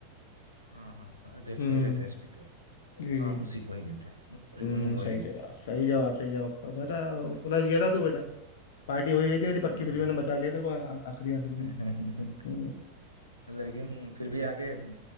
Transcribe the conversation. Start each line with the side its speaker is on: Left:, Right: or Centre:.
Right: हाँ हाँ अध्यक्ष
Left: हम्म
Right: ही रहता है स्पीकर तो
Left: जी
Right: हाँ
Left: जी
Right: उसी को ही देते हैं सॉरी
Left: हम्म
Right: उन्हीं को
Left: सही
Right: ही देते
Left: जवाब
Right: हैं
Left: सही जवाब सही जवाब आपका बेटा उ- उलझ गया था तू बेटा पार्टी हो ही गई थी मेरी
Right: हाँ
Left: पक्की फिर
Right: हाँ
Left: भी मैंने बचा लिया तेरे को आ- आ- आखिरी आखिरी
Right: <laughs>
Left: में हम्म,
Right: लेकिन फिर भी आगे है तुम